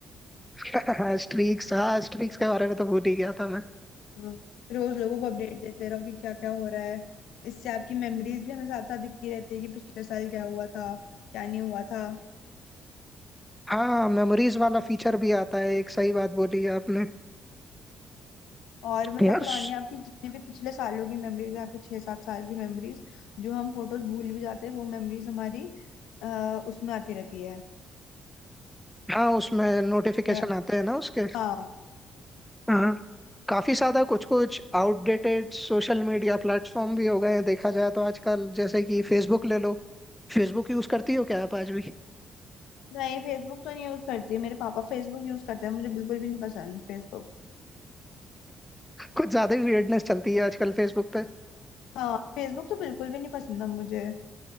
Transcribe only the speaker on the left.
हाँ, रोज लोगों को अपडेट देते रहो कि क्या क्या हो रहा है इससे आपकी मेमोरीज भी हमें साथ साथ दिखती रहती है कि पिछले साल क्या हुआ था क्या नहीं हुआ था
और मतलब
पुराने
आपकी जितने भी पिछले सालों की मेमोरीज हैं आपके छह सात साल की मेमोरीज जो हम फोटोज भूल भी जाते हैं वो मेमोरीज हमारी आ, उसमें आती रहती है
अ,
हाँ
नहीं फेसबुक तो नहीं यूज करती मेरे पापा फेसबुक यूज करते हैं मुझे बिल्कुल भी नहीं पसंद फेसबुक
हाँ फेसबुक तो बिल्कुल भी नहीं पसंद था मुझे